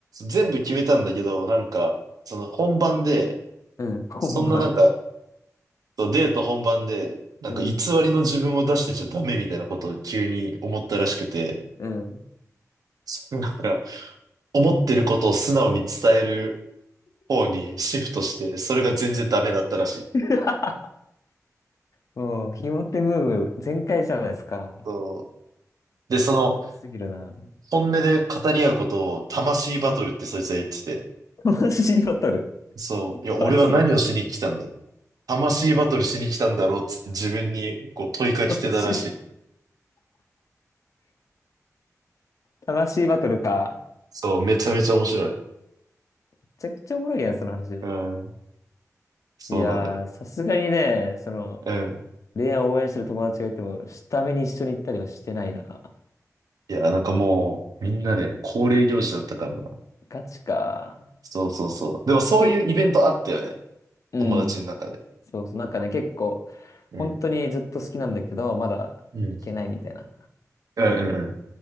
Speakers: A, on the right; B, on the left.
A: 全部決めたんだけど、なんか、その本番で、
B: うん、今晩。
A: そんななんか、そうデート本番で、なんか偽りの自分を出してちゃダメみたいなことを急に思ったらしくて、
B: うん、うん。
A: そうなんか、思ってることを素直に伝える方にシフトして、それが全然ダメだったらしい。
B: <laughs> もう、ひも手ムーブ全開じゃないですか。
A: そう。で、その、
B: おもろすぎるな。
A: 本音で語り合うことを魂バトルってそいつは言ってて、
B: 悲しいバトル。
A: そう、いや、俺は何をしに来たんだ。
B: マジ、
A: 魂バトルしに来たんだろうっつって自分にこう問いかけてたらしい。
B: マジ。魂バトルか。
A: そう、めちゃめちゃ面白い。
B: めちゃくちゃおもろいやん、その話。
A: うん、そうなのよ。
B: いやー、さすがにね、その、
A: うん。
B: レアを応援してる友達がいても、下見に一緒に行ったりはしてないな。
A: いや、なんかもう、みんなで恒例行事だったからな。
B: ガチか。
A: そうそうそう。でもそういうイベントあったよね。
B: け、うん。
A: 友達の中で。
B: そうそう、なんかね、結構、
A: うん。
B: 本当にずっと好きなんだけど、まだ行けないみたいな。
A: うん。うんうんう